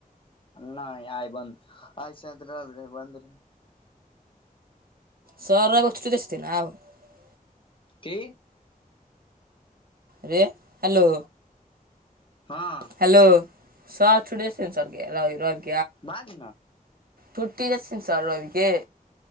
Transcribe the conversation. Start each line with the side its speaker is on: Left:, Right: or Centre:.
Left: नहि आइ बन्द आइ शाइद रइब रहे बन्द रहै
Right: सर रइब क छुटी दई छथिन आब <unintelligible>
Left: कि
Right: रे हेलो
Left: हँ
Right: हेलो सर छुटी दइ छथिन सर रइब के
Left: बाज न
Right: छुट्टी दै छथिन सार रइब के